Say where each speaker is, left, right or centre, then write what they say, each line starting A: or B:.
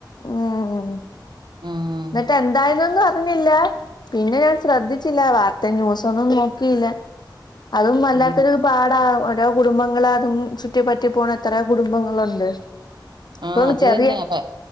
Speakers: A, on the left; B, on the right.
A: ഉം
B: ഉം,
A: ന്ന്ട്ട് എന്തായിരുന്നൊന്ന് പറ ല്ല പിന്നെ ഞാൻ ശ്രദ്ധിച്ചില്ല വാർത്തയും ന്യുസും ഒന്നും നോക്കിയില്ല. അതും വല്ലാത്തൊരു
B: ഉം.
A: പാടാ ഒ കുടുംബങ്ങൾ അതും ചുറ്റിപ്പറ്റി പോണാ എത്ര കുടുംബങ്ങളുണ്ട്. ഇപ്പം
B: ആ അത്
A: ചെറിയ
B: തന്നെ അതെ